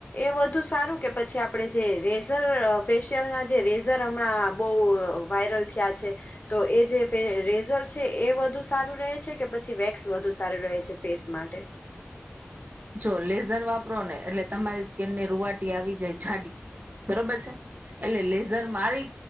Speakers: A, on the left; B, on the right.
A: એ વધુ સારું કે પછી આપણે જે રેઝર ફેશિયલના જે રેઝર હમણાં બહુ વાયરલ થયા છે, તો એ જે રેઝર છે એ વધુ સારું રહે છે કે પછી વેક્સ વધુ સારું રહે છે ફેસ માટે
B: જો લેઝર વાપરો ને એટલે તમારી સ્કીિનની રૂવાટી આવી જાય જાાડી બરોબર છે. એટલે લેઝર મારી